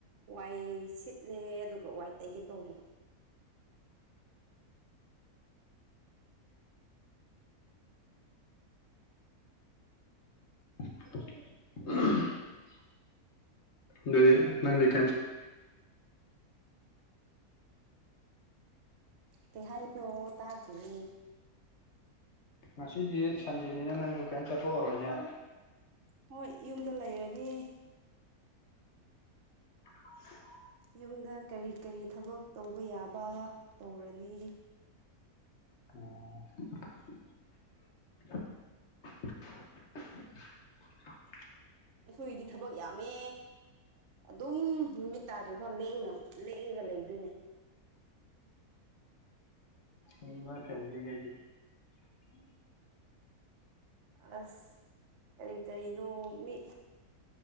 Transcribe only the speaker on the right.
ꯋꯥꯏ ꯁꯤꯠꯂꯦ ꯑꯗꯨꯒ ꯋꯥꯏ ꯇꯩꯒꯦ ꯇꯧꯔꯦ
ꯇ ꯍꯥꯏꯥꯏꯅꯣ ꯇꯥꯒꯤ
ꯍꯣꯏ ꯌꯨꯝꯗ ꯂꯩꯔꯅꯤ
ꯌꯨꯝꯗ ꯀꯔꯤ ꯀꯔꯤ ꯊꯕꯛ ꯇꯧꯕ ꯌꯥꯕ ꯇꯧꯔꯅꯤ
ꯑꯩꯈꯣꯏꯏꯗꯤ ꯊꯕꯛ ꯌꯥꯝꯃꯦ ꯑꯗꯨꯝ ꯅꯨꯃꯤꯠ ꯇꯥꯗ꯭ꯔꯤ ꯐꯥꯎ ꯂꯦꯡꯅꯕ ꯂꯦꯡꯉꯒ ꯂꯩꯗꯣꯏꯅꯦ
ꯑꯁ ꯀꯔꯤ ꯀꯔꯤꯅꯣ ꯃꯤ